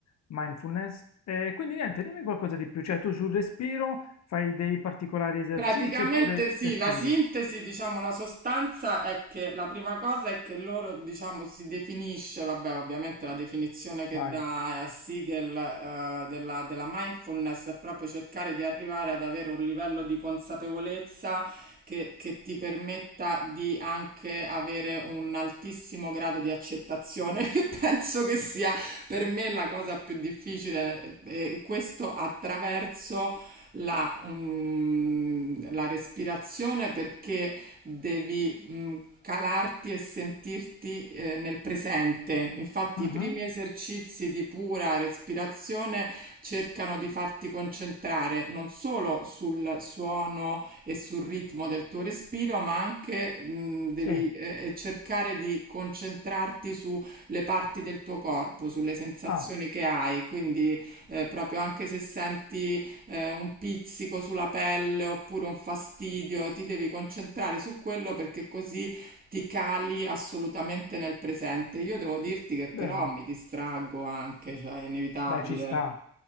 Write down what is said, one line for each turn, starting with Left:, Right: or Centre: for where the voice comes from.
Left: mindfulness. E quindi niente, dimmi qualcosa di più, cioè tu sul respiro fai dei particolari esercizi
Right: Praticamente
Left: oppure
Right: sì,
Left: respiri?
Right: la sintesi, diciamo, la sostanza è che la prima cosa è che loro, diciamo, si definisce, vabbè, ovviamente la definizione che
Left: Vai.
Right: dà eh, Siegel eh, della, della mindfulness è proprio cercare di arrivare ad avere un livello di consapevolezza che, che ti permetta di anche avere un altissimo grado di accettazione, <laughs> che penso che sia per me la cosa più difficile, eh, e questo attraverso la, mm, la respirazione perché devi mm, calarti e sentirti eh, nel presente. Infatti,
Left: Mhm.
Right: i primi esercizi di pura respirazione cercano di farti concentrare non solo sul suono e sul ritmo del tuo respiro, ma anche mh, devi
Left: Sì,
Right: eh, cercare di concentrarti sulle parti del tuo corpo, sulle sensazioni
Left: ah,
Right: che hai. Quindi, eh, proprio anche se senti eh, un pizzico sulla pelle oppure un fastidio, ti devi concentrare su quello perché così ti cali assolutamente nel presente. Io devo dirti che però
Left: bene.
Right: mi distraggo anche, cioè è inevitabile.
Left: Beh, ci sta.